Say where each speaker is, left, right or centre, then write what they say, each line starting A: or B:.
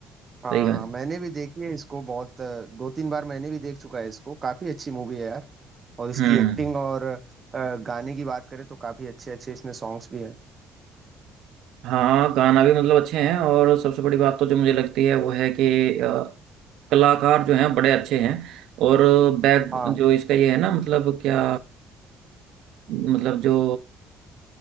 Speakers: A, on the right; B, on the right.
A: हाँ
B: सही बात
A: हाँ
B: है।
A: मैंने भी देखी है इसको बहुत अ, दो तीन बार मैंने भी देख चुका है इसको काफी अच्छी मूवी है यार और इसकी
B: हम्म
A: एक्टिंग और अ, गाने की बात करें तो काफी अच्छे अच्छे इसमें सॉन्ग्स भी हैं
B: हाँ गाना भी मतलब अच्छे हैं और सबसे बड़ी बात तो जो मुझे लगती है वो है कि अ, कलाकार जो हैं बड़े अच्छे हैं और बैक
A: हाँ
B: जो इसका ये है ना मतलब क्या मतलब जो